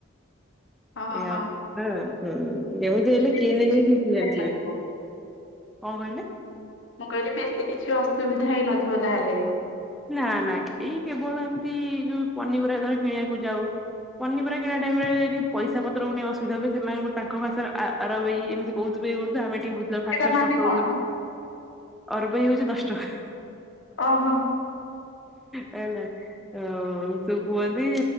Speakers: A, on the left; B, in the centre.
A: ହଁ
B: ଏୟା
A: ହଁ।
B: ହଉଛି କଥା। ହୁଁ ଯେମିତି ହେଲେ
A: ବେଶୀ
B: କିଏ ନାହିଁ
A: କିଛି ଅସୁବିଧା
B: କି ଥିବେ।
A: ହେଇନଥିବ
B: କଣ କହିଲେ?
A: ମୁଁ କହିଲି ବେଶୀ କିଛି ଅସୁବିଧା ହେଇନଥିବ ତାହେଲେ?
B: ନା ନା ଏଇ କେବଳ ଏମିତି ଯୋଉ ପନିପରିବା ଧର କିଣିବାକୁ ଯାଉ ପନିପରିବା କିଣା ଟାଇମ ରେ ଯଦି ପଇସା ପତ୍ରକୁ ନେଇ ଅସୁବିଧା ହୁଏ ସେମାନଙ୍କୁ ତାଙ୍କ ଭାଷାରେ ଆର ଏଇ ଏମତି କହୁଥିବେ ଗୋଟେ ଆମେ ଟିକେ ବୁ ଫାସ୍ଟ
A: ସେଟା
B: ଫାସ୍ଟ
A: ମାନେ
B: କଷ୍ଟ
A: କଣ
B: ହଉଥିଲା ଅରବେଇ ହଉଛି ଦଶ ଟଙ୍କା।
A: ଅ ହଁ।
B: ହେଲା? ଓ ସବୁ କୁହନ୍ତି